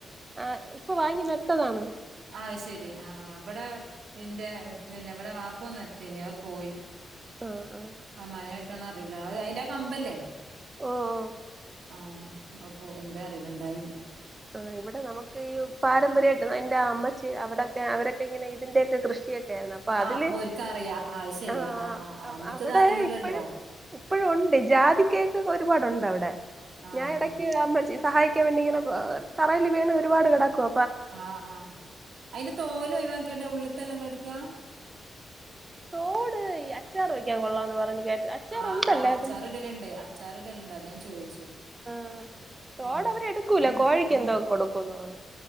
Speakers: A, on the right; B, on the right.
A: ആ ഇപ്പോ വാങ്ങി നട്ടതാണ്
B: അയ് ശെരി ആഹ് ആഹ് ഇവിടെ ഇന്റെ പിന്നെ ഇവിടെ വാപ്പ നട്ടീനിം അത് പോയി
A: ആഹ് ആഹ്
B: ആ മഴായിട്ടാണ് അറിയില്ല അഹ് അയിന്റെ കമ്പല്ലേ
A: ഓഹ് ഓഹ്
B: ആഹ് അപ്പോ എന്താ അറിയല്ല ഇണ്ടായില്ല
A: ആഹ് ഇവിടെ നമുക്ക് ഈ പാരമ്പര്യമായിട്ട് എന്റെ അമ്മച്ചി അവിടൊക്കെ അവരൊക്കെ ഇങ്ങനെ ഇതിന്റെയൊക്കെ കൃഷിക്കെ ആയിരുന്നു അപ്പൊ അതില്
B: ആഹ് അപ്പോ ഒര്ക്ക്‌ അറിയാം അയ് ശരിയാ
A: ആ
B: ആഹ് ആഹ് ആഹ് നമുക്ക്‌
A: അവിടെ
B: ഇത് അറിയിലല്ലോ
A: ഇപ്പഴും ഇപ്പഴും ഉണ്ട് ജാതികയൊക്കെ ഒരുപാടുണ്ട് അവിടെ
B: ആഹ്
A: ഞാൻ ഇടക്ക് അമ്മച്ചി സഹായിക്കാൻ വേണ്ടി ഇങ്ങനെ തറയിൽ വീണ് ഒരുപാട് കെട്ക്ക
B: ആഹ് ആഹ് അയിന്റെ തോല് ഒഴിവാക്കിട്ടെ ഉള്ള്ത്തല്ലേ ഇങ്ങള് ഇട്ക്കാ
A: തോട് ഈ അച്ചാർ വയ്ക്കാൻ കൊള്ളാംന്ന് പറഞ്ഞ് കേട്ട് അച്ചാറുണ്ടല്ലെ
B: ആഹ് ആഹ് അച്ചാറ്
A: അത്
B: ഇടല്ണ്ട് അച്ചാറ് ഇടല്ണ്ട് അതാ ഞാൻ ചോയിച്ചേ
A: ആഹ് തോടവരെട്
B: ഉം
A: ക്കൂലാ കോഴിക്ക് എന്തോ കൊടുക്കുംന്ന് പറഞ്ഞ്